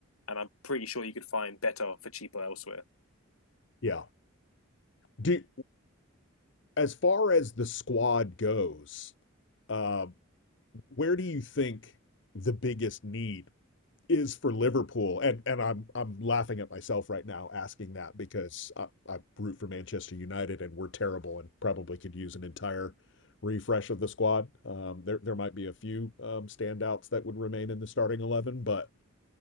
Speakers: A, on the left; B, on the left.
A: and I'm pretty sure you could find better for cheaper elsewhere.
B: Yeah. Do as far as the squad goes, uh, where do you think the biggest need is for Liverpool, and and I'm I'm laughing at myself right now asking that because I, I root for Manchester United and we're terrible and probably could use an entire refresh of the squad. Um, there there might be a few um, standouts that would remain in the starting eleven, but